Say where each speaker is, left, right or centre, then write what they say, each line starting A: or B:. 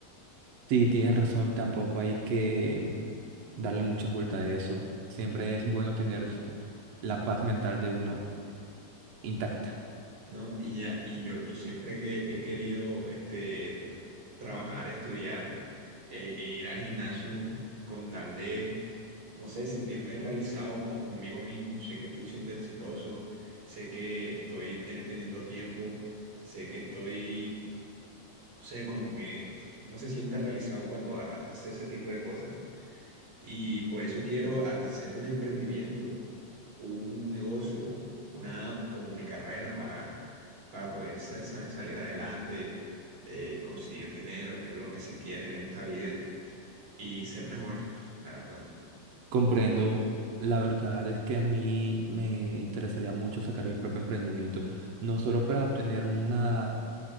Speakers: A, on the right (about 80°); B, on the right (about 40°).
A: Sí, tienes razón, tampoco hay que darle muchas vueltas a eso. Siempre es bueno tener s- la paz mental de uno intacta.
B: ¿no? Y ya, y yo, yo siempre que he querido este, t- t- trabajar, estudiar eh, e ir al gimnasio con tal de no sé, sentirme realizado con, conmigo mismo, sé que estoy siendo exitoso, sé que estoy te- teniendo tiempo, sé que estoy, no sé, como que uno se siente realizado cuando ha- hace ese tipo de cosas. Y por eso quiero ha- hacer un emprendimiento, un negocio, una app con mi carrera para, para poder sa- sa- salir adelante, eh, conseguir dinero, que es lo que se quiere en esta vida, y ser mejor, la verdad.
A: Comprendo. La verdad es que a mí me interesaría mucho sacar mi propio emprendimiento, no solo para obtener una,